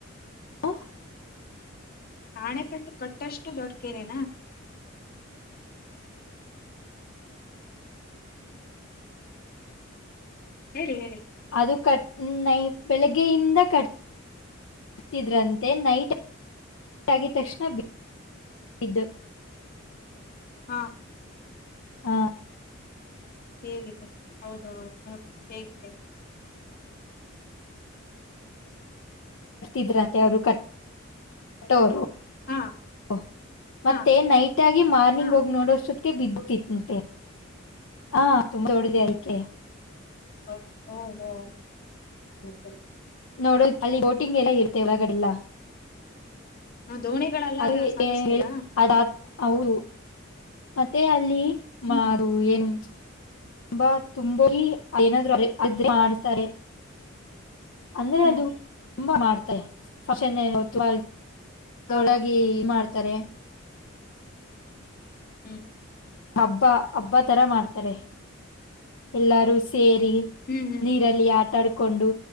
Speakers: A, on the left; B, on the left.
A: <unintelligible>
B: ಆಣೆಕಟ್ಟು ಕಟ್ಟಷ್ಟು ದೊಡ್ಕೆರೆನಾ ಹೇಳಿ ಹೇಳಿ
A: ಅದು ಕ ನೈ ಬೆಳಿಗ್ಗೆಯಿಂದ ಕಟ್ ಹತಿದ್ರಂತೆ ನೈಟ್ ಆಗಿ ತಕ್ಷಣ ಇದು
B: ಹಾ
A: ಹ
B: ಹೇಗಿದೆ ಹೌದೌದು ನ ಹೇಗಿದೆ
A: ಕಟ್ತಿದ್ರ ಅಂತೆ ಅವರು ಕ ಕಟ್ಟೋರು
B: ಹಾ
A: ಓ ಮತ್ತೆ
B: ಹಾ
A: ನೈಟ್ ಆಗಿ ಮಾರ್ನಿಂಗ್
B: ಹಾ
A: ಹೋಗಿ ನೋಡೋಷ್ಟ ಹೋಗ ಬಿದ್ದಿಂತೆ ಹ ತುಂಬ ಹೊಡಿದೆ ಆಯ್ಕೆ
B: ಹ ಹೊ <unintelligible>
A: ನೋಡು ಅಲ್ಲಿ ಬೋಟಿಂಗ್ ಎಲ್ಲ ಇರುತ್ತೆ ಒಳಗಡಿಲ್ಲ
B: ಹ ದೋಣಿಗಳೆಲ್ಲ
A: <unintelligible>
B: ಸಾಗಿಸ್ತೀರಾ
A: ಮತ್ತೆ ಅಲ್ಲಿ
B: ಹ್ಮ್
A: ಮಾರು ಏನು ತುಂಬಾ ತುಂಬ ಏನಾದೂ ಮಾಡ್ತಾರೆ ಅಂದ್ರೆ
B: ಹ್ಮ್
A: ಅದು ತುಂಬಾ ಮಾಡ್ತ ಹೊತ್ತು
B: ಹಾ
A: ದೊಳಗ
B: ಹಾ
A: ಮಾಡ್ತಾರೆ
B: ಹ್ಮ್
A: ಹಬ್ಬ ಹಬ್ಬ ತರ ಮಾಡ್ತಾರೆ ಎಲ್ಲಾರು ಸೇರಿ.
B: ಹ್ಮ್ ಹ್ಮ್
A: ನೀರಲ್ಲಿ ಆಟ ಆಡ್ಕೊಂಡು